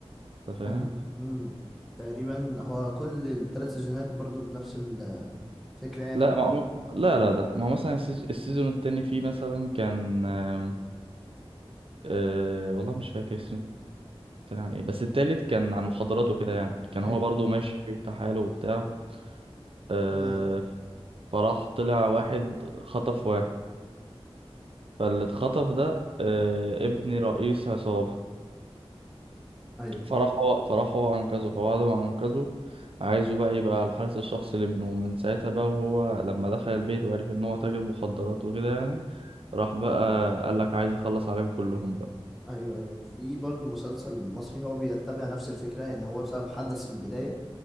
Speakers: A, on the right; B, in the centre.
A: انت فاهم
B: كان مم. تقريبا هو كل الثلاث سيزونات برضو بنفس الفكره يعني
A: لا ما هو- لا لا لا ما هو مثلا السيز- السيزون التاني فيه مثلا كان آم، آه، والله مش فاكر السيزون التاني عن ايه بس التالت كان عن مخدرات وكده يعني كان هو
B: ايوه
A: برضو ماشي في حاله وبتاع آه،
B: تمام
A: فراح طلع واحد خطف واحد فاللي اتخطف ده آه، ابن رئيس عصابة
B: ايوه
A: فراح هو فراح هو أنقذه فبعد ما أنقذه عايزه بقى يبقى على الحارس الشخصي لابنه من ساعتها بقى وهو لما دخل البيت وعرف إن هو تاجر مخدرات وكده يعني راح بقى قالك عايز يخلص عليهم كلهم بقى
B: ايوه ايوه في برضو مسلسل مصري هو بيتبع نفس الفكره ان هو بسبب حدث في البدايه